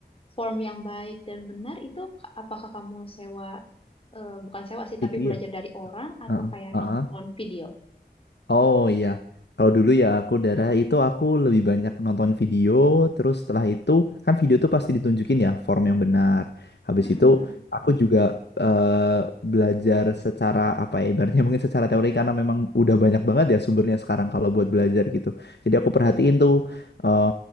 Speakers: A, on the left (about 30°); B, on the left (about 80°).
A: form yang baik dan benar itu ka- apakah kamu sewa, eh, bukan sewa sih, tapi
B: Itu
A: belajar
B: ya.
A: dari orang atau
B: Heeh.
A: kayak nonton video?
B: Oh iya, kalau dulu ya aku darah itu aku lebih banyak nonton video, terus setelah itu kan video tuh pasti ditunjukin ya form yang benar. Habis
A: Mm-mm.
B: itu aku juga eh, belajar secara apa ya, ibaratnya mungkin secara teori karena memang udah banyak banget ya sumbernya sekarang kalau buat belajar gitu. Jadi aku perhatiin tuh eh,